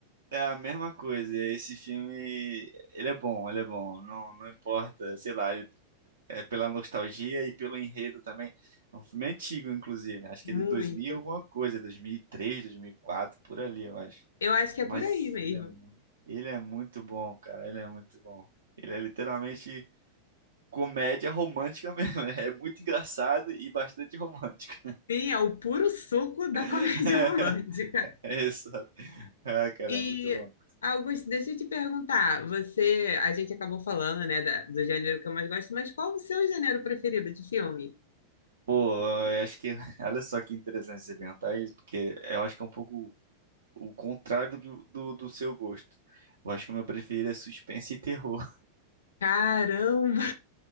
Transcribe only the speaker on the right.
É a mesma coisa. Esse filme, ele é bom, ele é bom. Não, não importa, sei lá, ele- é pela nostalgia e pelo enredo também. É um filme antigo, inclusive, né? Acho
que é de 2000 alguma coisa, 2003, 2004, por ali, eu acho.
Mas
ele é, mu- ele é muito bom, cara, ele é muito bom. Ele é literalmente comédia romântica mesmo. <laughs> É muito engraçado e bastante romântico.
<laughs>
É, isso. Ah, cara,
é muito bom.
Pô, eu acho que, <laughs> olha só que interessante você perguntar isso, porque eu acho que é um pouco o contrário do, que- do, do seu gosto. Eu acho que o meu preferido é suspense e terror.